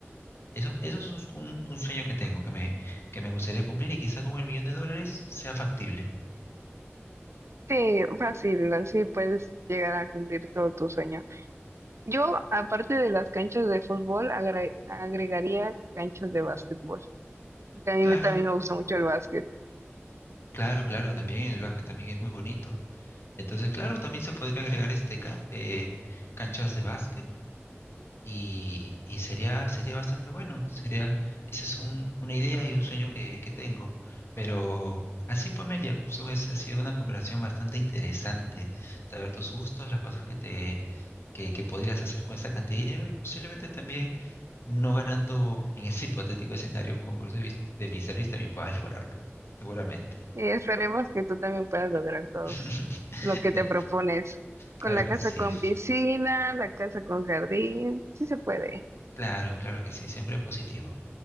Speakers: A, on the left; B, on the right.
A: Eso, eso es un, un- un sueño que tengo, que me, que me gustaría cumplir y quizá con el millón de dólares sea factible.
B: sí, fácil, así puedes llegar a cumplir todo tu sueño. Yo, aparte de las canchas de fútbol, agre- agregaría canchas de básquetbol, porque a mí
A: Claro,
B: me- también me gusta mucho el básquet.
A: claro, claro, también el básquet también es muy bonito. Entonces, claro, también se podría agregar este, ca- eh, canchas de básquet y, y sería, sería bastante bueno. Sería, esa es un- una idea y un sueño que, que tengo. Pero así, Pamelia, son, es- ha sido una conversación bastante interesante. Saber tus gustos, las cosas que te, que, que podrías hacer con esa cantidad de dinero y posiblemente también no ganando en ese <laughs> hipotético escenario un concurso de, mis- de mi servicio también puedas lograrlo. Seguramente.
B: Y esperemos que tú también puedas lograr todo
A: <laughs>
B: lo que
A: De-
B: te propones.
A: claro
B: Con la
A: que
B: casa
A: sí,
B: con piscina, la casa con jardín, sí se puede.
A: claro, claro que sí, siempre positivo.